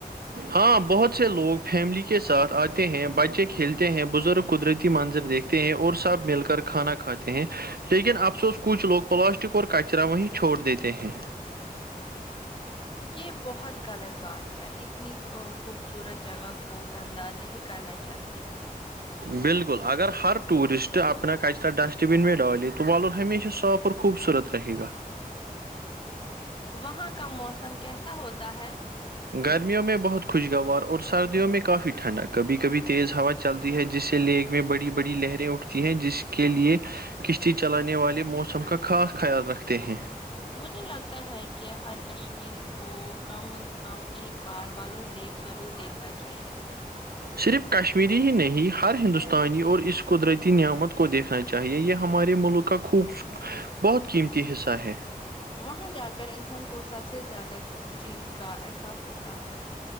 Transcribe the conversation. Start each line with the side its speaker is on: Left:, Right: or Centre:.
Right: ہاں بہت سے لوگ فیملی کے ساتھ آتے ہیں بچے کے کھیلتے ہیں بزرگ قدرتی منظر دیکھتے ہیں اور سب مل کر کھانا کھاتے ہیں لیکن افسوس کچھ لوگ پلاسٹک اور کچرا وہیں چھوڑ دیتے ہیں
Left: یہ بہت غلط بات ہے اتنی خوب سورج جگہ کو گندا نہیں کرنا چاہیے
Right: بالکل اگر ہر ٹورسٹ اپنا کچ تر ڈسٹ تو بن میں ڈالے تو والر ہمیشہ صاف اور خوبصورت رہے گا
Left: وہاں کا موسم کیسا ہوتا ہے
Right: گرمیوں میں بہت خوشگوار اور سردیوں میں کافی ٹھنڈا کبھی کبھی تیز ہوا چلتی ہے جس سے لیگ میں بڑی بڑی لہریں اٹھتی ہیں جس کے لیے کشتی چلانے والے موسم کا خاص خیال رکھتے ہیں
Left: مجھے لگتا ہے کہ ہر کشمیری کو کم از کم ایک بار والور لیک ضرور دیکھنا چاہیے
Right: صرف کشمیری ہی نہیں ہر ہندوستانی اور اس قدرتی نعمت کو دیکھنا چاہیے یہ ہمارے ملک کا خوب بہت قیمتی حصہ ہے
Left: وہاں جا کر انسان کو سب سے زیادہ کسی چیز کا احساس ہوتا ہے